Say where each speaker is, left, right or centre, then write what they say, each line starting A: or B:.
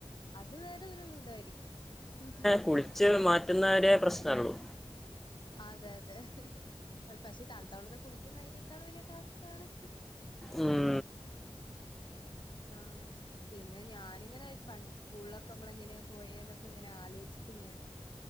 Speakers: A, on the left; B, in the centre.
A: അത് വരെ ഒരു ഇതായിരിക്കും ഉം ഉം
B: കുളിച്ചു മാറ്റുന്നവരേ പ്രശ്നള്ളൂ
A: അതെ അതെ അ പക്ഷെ താണുത്ത വെളള കുളിക്കുന്ന അതിനേക്കൾ വലിയ ടാസ്കാണ്
B: ഉം,
A: ആഹ് പിന്നെ ഞാനിങ്ങനെ ആയിരിക്കും പണ്ട് സ്കൂളിലൊക്കെ നമ്മള എങ്ങനെയ പോയേ എന്നൊക്കെ ഇങ്ങനെ ആലോചിക്കും ഞാന്.